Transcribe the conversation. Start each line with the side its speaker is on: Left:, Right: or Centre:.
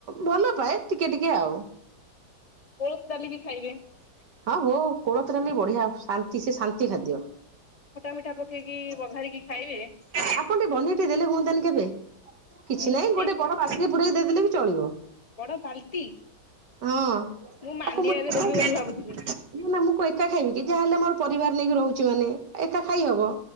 Right: ଭଲପାଏ ଟିକେ ଟିକେ ଆଉ।
Left: କୋଳଥ ଡାଲି ବି ଖାଇବେ।
Right: ହଁ ହଉ କୋଳଥ ଡାଲି ବି ବଢିଆ ଶାନ୍ତି ସେ ଶାନ୍ତି ଖାଦ୍ୟ।
Left: ଖଟା ମିଠା ପକେଇକି ବଘାରିକି ଖାଇବେ।
Right: ଆପଣ ଟିକେ ବନେଇତେ ଦେଲେ ହୁଅନ୍ତାନି କେବେ? କିଛି
Left: ନିହାତି
Right: ନାହିଁ ଗୋଟେ ବଡ ବାକ୍ସରେ ପୁରେଇ ଦେଇଦେଲେ ବି ଚଳିବ।
Left: ବଡ ବାଲଟି
Right: ହଁ।
Left: ମୁଁ ମାଣ୍ଡିଆରେ
Right: ଆକୁ ଏକା
Left: ଦେବି
Right: ଖାଇବି
Left: ବୋଲି ଭାବୁଥିଲି।
Right: ନା ନା ମୁଁ କଣ ଏକା ଖାଇବି କି, ଯାହାହେଲେ ମୋର ପରିବାର ନେଇକି ରହୁଛି ମାନେ ଏକା ଖାଇହବ।